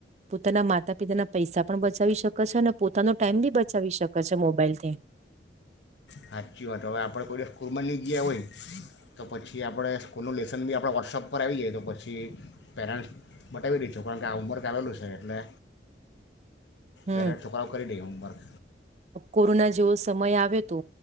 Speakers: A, on the right; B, on the left.
A: પોતાના માતા પિતાના પૈસા પણ બચાવી શકે છે અને પોતાનો ટાઈમ બી બ ચવી શકે છે મોબાઈલથી
B: સાચી વાત હવે આપણે કોઈ દિવસ સ્કૂલમાં નહીં ગયા હોય તો પછી આપણે સ્કૂલનું લેસન બી આપણે વોટ્સઅપ પર આવી જઈએ તો પછી પેરેન્ટ્સ બતાવી દહીશું કારણ કે આ હમવર્ક આવેલું છે એટલે
A: હમ
B: પહેલા છઠુકરાાવ કરી દઈ હોમવર્ક
A: કોરોના જેવો સમય આવ્યો હતો